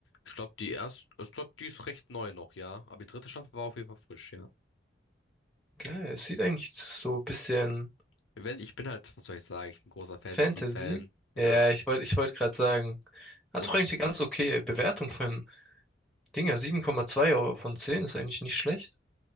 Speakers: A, on the left; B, in the centre.
A: Ich glaube, die erste, ich glaube, die ist recht neu noch, ja. Aber die dritte Staffel war auf jeden Fall frisch, ja.
B: Geil, es sieht eigentlich so ein bisschen
A: Wenn, ich bin halt, was soll ich sagen, ich bin großer Fantasy-Fan,
B: Fantasy.
A: ja.
B: Ja, ich wollte ich wollt gerade sagen. Hat
A: Und,
B: doch eigentlich eine ganz okay Bewertung von Dinger, 7,2 au- von 10 ist eigentlich nicht schlecht.